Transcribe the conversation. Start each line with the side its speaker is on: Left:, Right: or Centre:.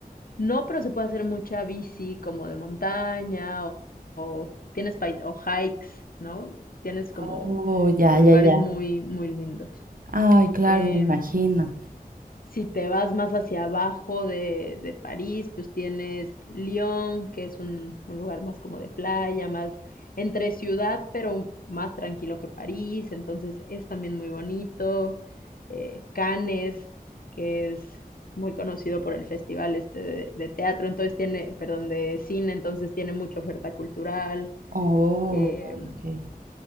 Left: no, pero se puede hacer mucha bici como de montaña o o tienes pai o hikes, ¿no? Tienes como
Right: Oh, ya,
Left: lugares
Right: ya, ya.
Left: muy, muy lindos.
Right: Ay, claro,
Left: Eh,
Right: me imagino.
Left: Si te vas más hacia abajo de, de París, pues tienes Lyon, que es un, un lugar más como de playa, más entre ciudad, pero más tranquilo que París, entonces es también muy bonito. Eh, Cannes, que es muy conocido por el festival este de, de, teatro, entonces tiene, perdón, de cine, entonces tiene mucha oferta cultural.
Right: Oh,
Left: Eh,
Right: ok, ok.